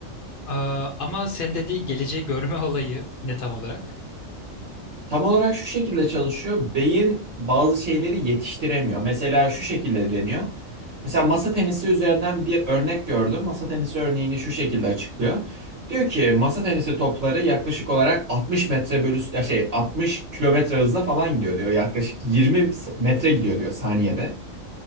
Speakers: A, on the left; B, on the right.
A: Aa, ama sen dediğin geleceği görme <laughs> olayı ne tam olarak?
B: Tam olarak şu şekilde çalışıyor. Beyin bazı şeyleri yetiştiremiyor. Mesela şu şekilde deniyor. Mesela masa tenisi üzerinden bir örnek gördüm. Masa tenisi örneğini şu şekilde açıklıyor. Diyor ki masa tenisi topları yaklaşık olarak 60 metre bölü ya şey 60 kilometre hızla falan gidiyor diyor. Yaklaşık 20 metre gidiyor diyor saniyede.